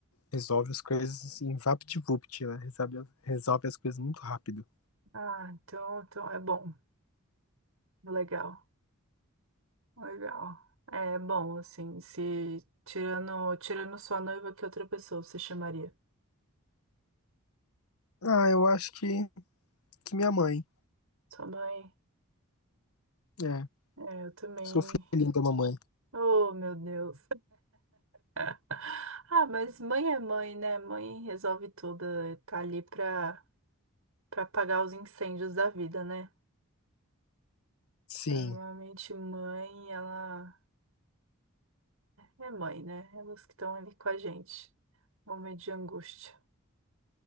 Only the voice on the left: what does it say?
resolve as coisas assim, vapt-vupt, ela resolve, resolve as coisas muito rápido.
Ah, eu acho que, que minha mãe.
É,
sou filhinho da mamãe.
Sim,